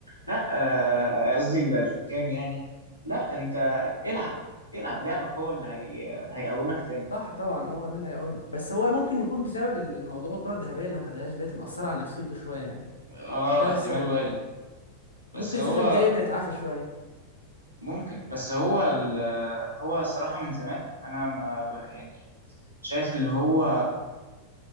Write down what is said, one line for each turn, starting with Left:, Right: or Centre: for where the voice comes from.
Right: لا آه، قصدي الحكام يعني لا انت العب العب لعبك هو اللي هي... هيقومك تاني
Left: صح طبعا هو ده اللي هيقومك بس هو ممكن يكون بسبب الموضوع الكره الذهبيه اللي ما خدهاش دلوقتي مأثره على نفسيته شويه يعني
Right: اه
Left: هتلاقي
Right: احتمال
Left: ده السبب
Right: وارد
Left: يعني
Right: بس
Left: ممكن
Right: هو
Left: السيزون الجاي يبدأ يتعافى شويه
Right: ممكن بس هو ال... هو الصراحة من زمان انا ما ب... يعني شايف اللي هو